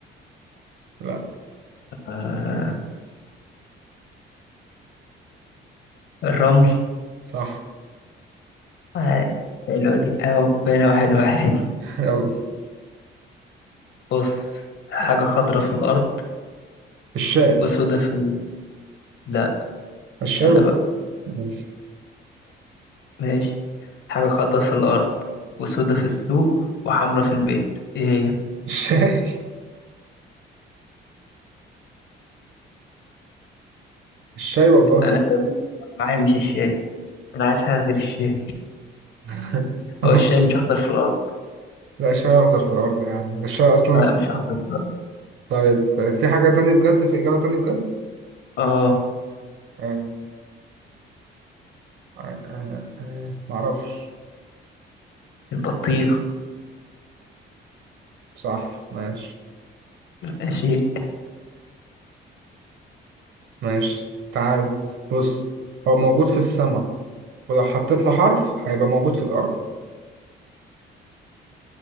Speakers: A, on the right; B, on the left.
A: لا
B: آه. الرمل
A: صح
B: عاش حلوة دي ايوه بقينا واحد واحد
A: <laughs> يلا
B: بص حاجة خضرة في الأرض
A: الشاي
B: وسودة في ال... لا
A: الشاي
B: استنى
A: والله
B: بقى
A: ماشي.
B: ماشي حاجة خضراء في الأرض وسودة في السوق وحمرا في البيت إيه هي؟
A: الشاي <laughs> الشاي والله
B: أنا <laughs> جابت معايا مش الشاي أنا عايز حاجة غير الشاي
A: <laughs>
B: هو الشاي مش أخضر في الأرض
A: لا الشاي اخضر في الارض يا عم ده الشاي اصلا
B: لا
A: اسمه
B: مش أخضر في الأرض
A: طيب في حاجة تانية بجد في اجابة تانية بجد
B: آه
A: آه. آه. آه. آه. معرفش
B: البطيخ
A: صح ماشي
B: ماشي
A: ماشي تعال بص هو موجود في السماء ولو حطيت له حرف هيبقى موجود في الارض